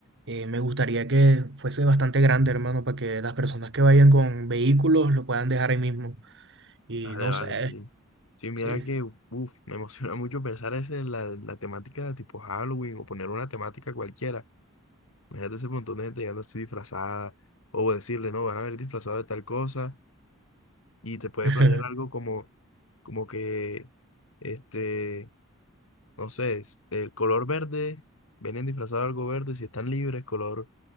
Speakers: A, on the right; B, on the left.
A: Eh, me gustaría que fuese bastante grande, hermano, para que las personas que vayan con vehículos lo puedan dejar ahí mismo. Y
B: dale,
A: no
B: vale,
A: sé,
B: sí. Sí, mira
A: sí.
B: que, uff, me emociona <laughs> mucho pensar ese, en la, la temática de tipo Halloween o poner una temática cualquiera. Imagínate ese montón de gente llegando así disfrazada o decirle, no, van a ver disfrazado de tal cosa y te puede
A: <laughs>
B: planear algo como, como que, este, no sé, es- el color verde, vienen disfrazados de algo verde si están libres, color